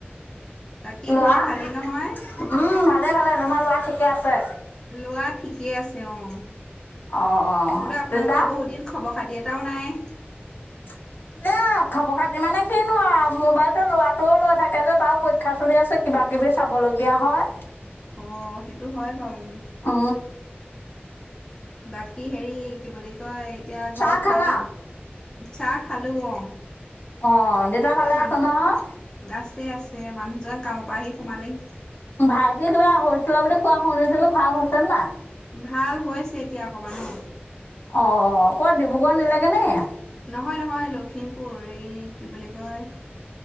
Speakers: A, on the left (about 20°); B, on the left (about 60°).
A: বাকী
B: লোৱা,
A: ঘৰত ভালেই নহয়?
B: উম, ভালে ভালে তোমাৰ লৰা ঠিকে আছে?
A: লোৱা ঠিকে আছে অ',
B: অ অ
A: বোলো আপোনালোকৰ
B: দেউতা
A: বহু দিন খবৰ খাতি <unintelligible> নাই।
B: <unintelligible> <unintelligible> খবৰ খাতি মানে কিনো আও, মোবাইলটো লৰাটোৱেও লৈ থাকে যে তাৰো পৰীক্ষা চলি আছে কিবা কিবি চাব <unintelligible> লগীয়া হয়।
A: অ', সেইটো হয় বাৰু।
B: অ
A: বাকী হেৰি কি বুলি কয়, এতিয়া ঘৰত
B: চাহ খালা
A: বাকী চাহ খালো অ'।
B: অ', দেউতা ভালে
A: এই মানুহ
B: আছে নহয়?
A: আছে আছে, মানুহজন কামৰ পৰা আহি সোমালেহি।
B: ভাইটিৰ কিবা হৈছিলে বুলি কোৱা শুনিছিলোঁ ভাল হৈছে নাই।
A: ভাল হৈছে এতিয়া অকণমান অ'।
B: অ' অ' ক'ত ডিব্ৰুগড় নিলেগৈ নেকি?
A: নহয়, নহয় লখিমপুৰ এই কি বুলি কয়?